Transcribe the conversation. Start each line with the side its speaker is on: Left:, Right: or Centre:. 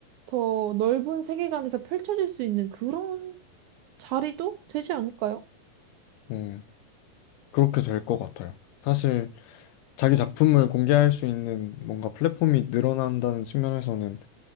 Right: 더 넓은 세계관에서 펼쳐질 수 있는 그런 자리도 되지 않을까요?
Left: 네, 그렇게 될 것 같아요. 사실 자기 작품을 공개할 수 있는 뭔가 플랫폼이 늘어난다는 측면에서는